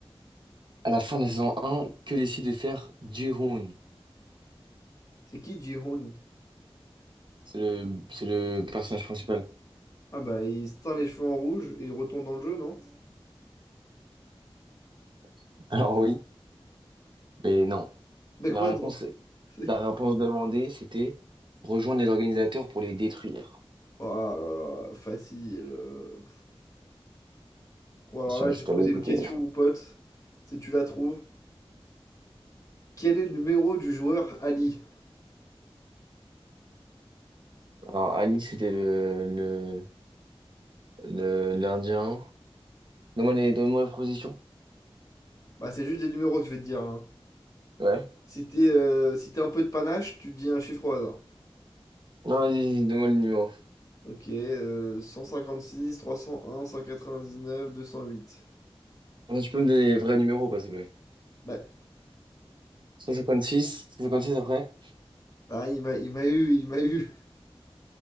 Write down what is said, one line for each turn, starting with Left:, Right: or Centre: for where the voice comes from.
Right: À la fin de la saison un que décide de faire Ji-hoon?
Left: C'est qui Ji-hoon?
Right: C'est le... c'est le personnage principal.
Left: Ah, bah, il se teint les cheveux en rouge et il retourne dans le jeu, non?
Right: <laughs> Alors oui, mais non.
Left: Mais
Right: La
Left: quoi,
Right: réponse,
Left: non? <laughs> C'est-
Right: la réponse demandée, c'était rejoindre les organisateurs pour les détruire.
Left: Oh là là, facile. euh. Bon, alors
Right: Je sais
Left: là,
Right: pas
Left: je
Right: Si
Left: vais
Right: t'avais
Left: te poser
Right: écouté.
Left: une question, mon pote. Si tu la trouves. Quel est le numéro du joueur Ali?
Right: Alors, Ali, c'était le, le, le- l'Indien. Donne-moi les, donne-moi les propositions.
Left: Bah, c'est juste des numéros que je vais te dire, là.
Right: Ouais.
Left: Si t'es euh, si t'es un peu de panache, tu dis un chiffre au hasard.
Right: Non, vas-y, vas-y, donne-moi le numéro.
Left: Ok, euh, 156, 301, 199, 208.
Right: Ah, tu peux me donner les vrais numéros, pas, s'il te plaît.
Left: Bah,
Right: 156, 156 après?
Left: ah, il m'a, il m'a eu, il m'a eu.